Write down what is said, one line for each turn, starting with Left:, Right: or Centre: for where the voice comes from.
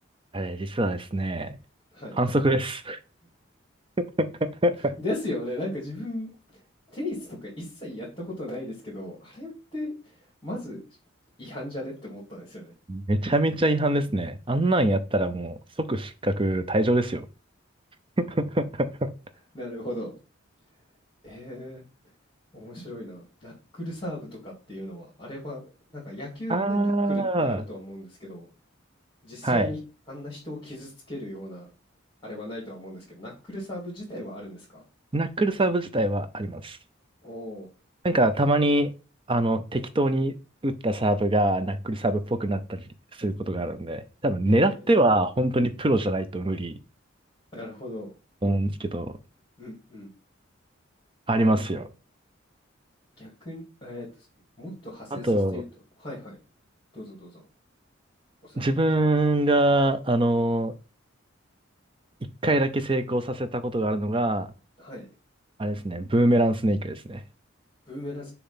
Right: あれ、実はですね、
Left: はい。
Right: 反則です。<laughs>
Left: ですよね。なんか自分、テニスとか一切やったことないですけど、あれってまず違反じゃねって思ったんですよね。
Right: めちゃめちゃ違反ですね。あんなんやったらもう即失格退場ですよ。<laughs>
Left: なるほど。へえ。面白いな。ナックルサーブとかっていうのは、あれは、なんか野球でナックルってあるとは思うんですけど、
Right: ああ、
Left: 実際にあんな人を傷つけるような、
Right: はい。
Left: あれはないとは思うんですけど、ナックルサーブ自体はあるんですか
Right: ナックルサーブ自体はあります。
Left: おお
Right: なんかたまに、あの、適当に打ったサーブがナックルサーブっぽくなったりすることがあるんで、多分狙っては本当にプロじゃないと無理
Left: ー、へえ、なるほど。
Right: と思うんですけど、
Left: うんうん。
Right: ありますよ。
Left: へえ、逆に、えーと、すもっと派生させて言うと、
Right: あと、
Left: はいはい。どうぞどうぞ、お先に。
Right: 自分が、あの、一回だけ成功させたことがあるのが、
Left: はい。
Right: あれですね、ブーメランスネークですね。
Left: ブーメラン、